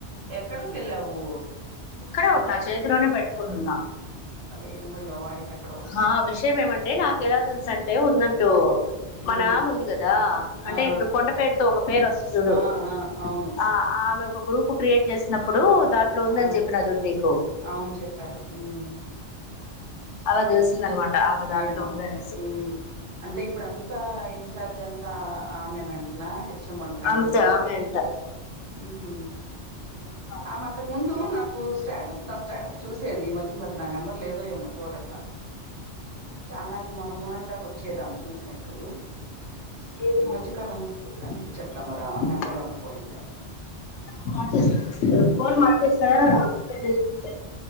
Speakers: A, on the right; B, on the left.
A: ఎక్కడకి వెళ్ళావు
B: ఇక్కడే ఉన్నా చేతిలోనే పెట్టుకోనున్నా
A: అదే వినబళ్ళే వాయిస్ ఎక్కడో
B: ఆ విషయం ఏమంటే నాకు ఎలా తెలుసంటే ఉన్నట్టు
A: ఉమ్
B: మనామ ఉంది కదా అంటే
A: ఆ
B: ఇప్పుడు కొండ పేరుతో ఒక పేరు వస్తుంది చూడు
A: ఆ ఆ అవును
B: ఆ ఆమె ఒక గ్రూప్ క్రియేట్ చేసినప్పుడు దాంట్లో ఉందని
A: ఆ
B: చెప్పిన చూడు నీకు
A: అవును చెప్పారు ఉమ్
B: అలా తెలిసింది అనమాట ఆమె దాంట్లో
A: ఏమో
B: ఉందనేసి
A: మరి ఊ అంటే ఇప్పుడుంతా ఇన్ఛార్జ్ జంతా ఆమేనంటనా హె చ్చం మోళ్ల ఫ్రెండు
B: అంతే ఆమె అంట
A: ఉహు
B: అంతా ఆమె
A: ఆమంతకు
B: చూసుకుంటది
A: ముందు నాకు స్టేటస్ నా స్టేటస్ చూసేది ఈ మధ్య మరి నా నెంబర్ లేదో ఏమో చూడట్లా చానాళ్ళు మొన్న మొన్నటి దాకా వచ్చేదామే చూసినట్టు
B: సేమ్
A: ఈ
B: ఒక్కొక్కసారి
A: మధ్య కాలంలో
B: చేసుకుంటున్నాను
A: కనిపించట్ల మరావే నెంబర్ ఏమన్నా పోయిందే
B: <unintelligible>